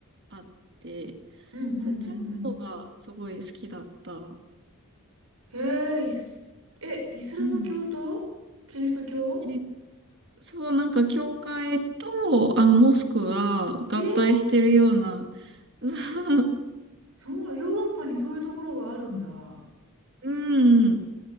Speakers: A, on the right; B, on the right.
A: あって、
B: うんうんうんうん
A: そっちの方がすごい好きだった。
B: へえ、イス、え、イスラム教とキリスト教
A: うん。キリそう、なんか、教会と、あの、モスクが合体してるような、
B: えー、
A: <laughs>
B: そう、ヨーロッパにそういうところがあるんだ。
A: うん、